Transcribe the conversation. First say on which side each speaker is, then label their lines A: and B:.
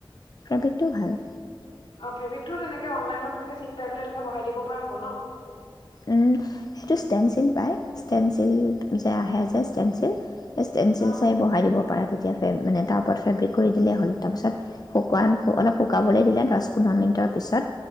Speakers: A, on the left (about 50°); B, on the left (about 80°).
A: ফেব্ৰিকটো ভাল।
B: অ', ফেব্ৰিকটো তেনেকে অনলাইনত এনেকে চিট পাই পেলাই, এনেকে বঢ়াই দিব পৰা হ'ব ন?
A: উম, সেইটো ষ্টেনচিল পায়। ষ্টেনচিল যে আহে, যে, ষ্টেনচিল সেই ষ্টেনচিল
B: অ
A: চাই বঢ়াই দিব পৰা, তেতিয়াহ'লে, মানে, তাৰ ওপৰত ফেব্ৰিক কৰি দিলেই হ'ল। তাৰ পিছত শুকুৱা। অলপ শুকাবলৈ দিলে, দহ-পোন্ধৰ মিনিটৰ পিছত